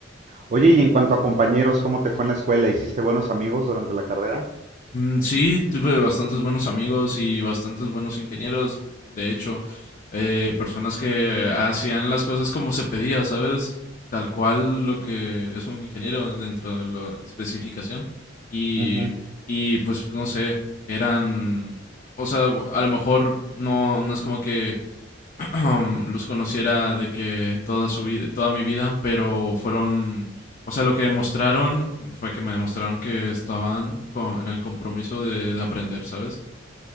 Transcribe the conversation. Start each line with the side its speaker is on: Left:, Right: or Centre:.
Right: Oye, y en cuanto a compañeros, ¿cómo te fue en la escuela? ¿Hiciste buenos amigos durante la carrera?
Left: Mm, Sí, tuve bastantes buenos amigos y bastantes buenos ingenieros, de hecho, eh, personas que hacían las cosas como se pedía, ¿sabes? Tal cual lo que es un ingeniero dentro de la especificación. Y,
Right: Ujú.
Left: y pues no sé, eran, o sea, a lo mejor no, no es como que <clears throat> los conociera de que toda su vi- toda mi vida, pero fueron, o sea, lo que demostraron fue que me demostraron que estaban co- en el compromiso de, de aprender, ¿sabes?